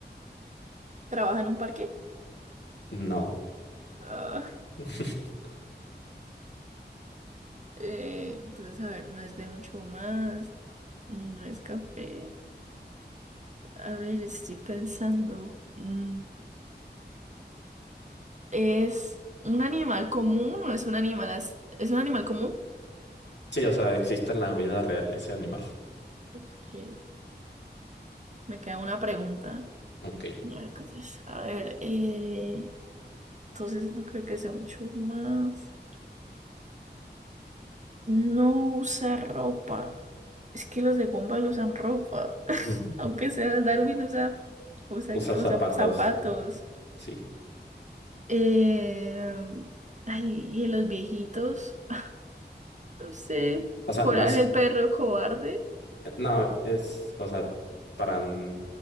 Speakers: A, on the right (about 40°); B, on the left (about 80°).
A: ¿Trabaja en un parque?
B: No.
A: Ah,
B: <laughs>
A: eh, entonces, a ver, no es de un show más, no es café. A ver, estoy pensando. Mm, ¿Es un animal común o es un animal as- es un animal común?
B: Sí, o sea, existe en la vida real ese animal.
A: Ok, Me queda una pregunta.
B: Ok.
A: Miércoles. A ver, eh, entonces no creo que sea un chumas. No usa ropa. Es que los de Gumball usan ropa. <laughs>
B: Ujú.
A: Aunque sea Darwin usa, usa,
B: Usa
A: que-
B: zapatos.
A: usa zapatos.
B: Sí.
A: Eh, ay, y en los viejitos, <laughs> no sé.
B: O sea,
A: Coraje
B: no es.
A: el perro cobarde.
B: No, es, o sea, para mm,